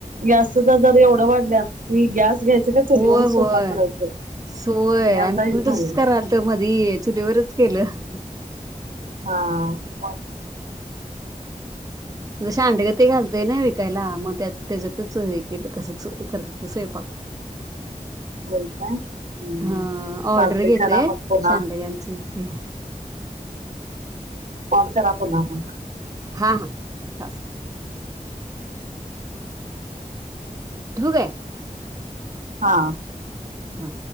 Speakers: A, on the right (about 70°); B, on the right (about 25°).
A: गॅस चे दर येवढ वाढल्यात ते गॅस घ्यायचं का चुलीवरच
B: होय
A: स्वयंपाक
B: -होय,
A: करायचं.
B: सोय
A: हे आता
B: आम्ही
A: हे झालं
B: तसच करतो आहे, मध्ये चुलीवरच केलं
A: हा मग.
B: सांडगे ते घालतोय, ना विकायला मग त्यात, तेच्यातच हे केलं तसच करतात स्वयंपाक
A: हो काय? हम्...
B: हा ऑर्डर
A: चालतंय
B: घेतोय
A: करा मग पुन्हा
B: सांडग्यांचं इथे
A: कॉल करा पुन्हा मग.
B: हा हा ूक आहे
A: हा
B: हा